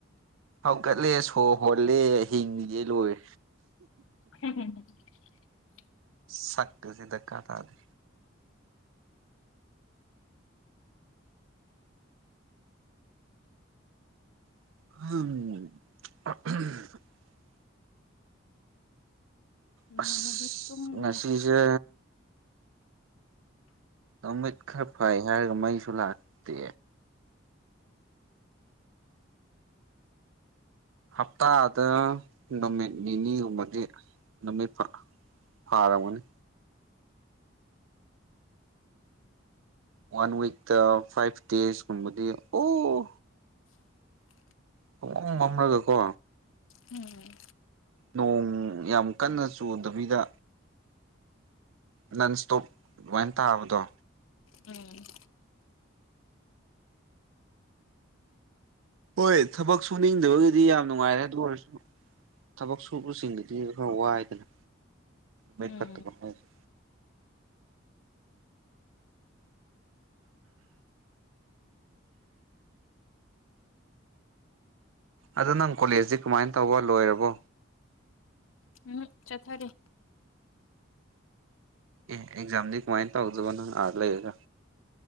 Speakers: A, on the right; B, on the left.
A: ꯍꯧꯒꯠꯂꯦ ꯁꯣꯔ ꯍꯣꯜꯂꯦ ꯍꯤꯡꯂꯤꯒꯦ ꯂꯣꯏꯔꯦ
B: ꯍꯝ <inaudible>
A: ꯁꯀ ꯀꯁꯤ ꯗꯔꯀꯥꯔ ꯇꯥꯗꯦ <unintelligible>
B: ꯏꯃꯥꯅꯕꯤ
A: ꯑꯁ
B: ꯇꯨꯡꯒꯔꯦ
A: ꯉꯁꯤꯁꯦ ꯃꯃꯤꯠ ꯈꯔ ꯐꯩ ꯍꯥꯏꯔꯒ ꯃꯩꯁꯨ ꯂꯥꯛꯇꯦ ꯍꯞꯇꯥꯗ ꯅꯨꯃꯤꯠ ꯅꯤꯅꯤꯒꯨꯝꯕꯗꯤ ꯅꯨꯃꯤꯠ ꯐꯥ ꯐꯔꯝꯒꯅꯤ ꯋꯥꯟ ꯋꯤꯛꯇ ꯐꯥꯏꯞ ꯗꯦꯁ ꯀꯕꯗꯤ ꯑꯣ
B: <inaudible>
A: ꯄꯨꯡꯃꯥꯝ ꯃꯝꯔꯒꯀꯣ
B: ꯎꯝ
A: ꯅꯣꯡ ꯌꯥꯝ ꯀꯟꯅ ꯆꯨꯗꯕꯤꯗ ꯅꯟ ꯏꯁꯇꯣꯛ ꯑꯦꯗꯨꯃꯥꯏꯟ ꯇꯥꯕꯗꯣ
B: ꯎꯝ
A: ꯍꯣꯏ ꯊꯕꯛ ꯁꯨꯅꯤꯡꯗꯕꯒꯤꯗꯤ ꯌꯥꯝ ꯅꯨꯡꯉꯥꯏꯔꯦ ꯑꯗꯨ ꯑꯣꯏꯔꯁꯨ ꯊꯕꯛ ꯁꯨꯕꯁꯤꯡꯒꯤꯗꯤ ꯈꯔ ꯋꯥꯏꯗꯅ ꯃ
B: ꯎꯝ
A: ꯐꯥꯇꯕ ꯍꯥꯏꯁꯤ ꯑꯗꯨ ꯅꯡ ꯀꯣꯂꯦꯖꯁꯤ ꯀꯃꯥꯏꯅ ꯇꯧꯕ ꯂꯣꯏꯔꯕꯣ
B: ꯎꯝ ꯆꯠꯊꯔꯤ
A: ꯑꯦ ꯑꯦꯛꯖꯥꯝꯗꯤ ꯀꯃꯥꯏꯅ ꯇꯧꯗꯕ ꯅꯡ ꯑꯥ ꯂꯩꯔꯒ